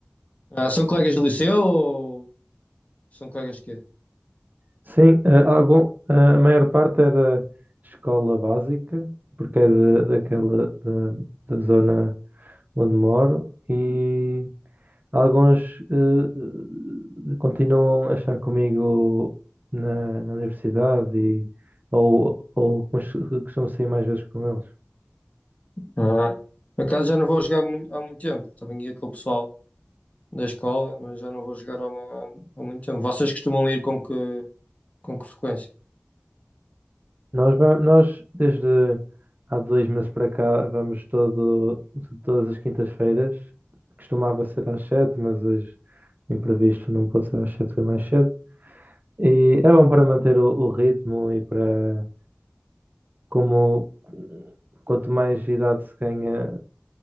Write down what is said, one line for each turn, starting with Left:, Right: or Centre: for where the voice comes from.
Left: Ah, são colegas do liceu ou são colegas de quê?
Right: Sim, eh, algum, eh, a maior parte é da escola básica, porque é de- daquela da, da zona onde moro, e alguns eh, eh, continuam a estar comigo na, na universidade e, ou, ou cos- costumo sair mais vezes com eles.
Left: Ah. Por acaso já não vou jogar mu- há muito tempo. Também ia com o pessoal da escola, mas já não vou jogar há, mu- há muito tempo. Vocês costumam ir com que, com que frequência?
Right: Nós, va- nós, desde há dois meses para cá, vamos todo, todas as quintas-feiras. Costumava ser às sete, mas hoje, imprevisto, não pôde ser às sete, foi mais cedo. E é bom para manter o, o ritmo e para, como quanto mais idade se ganha,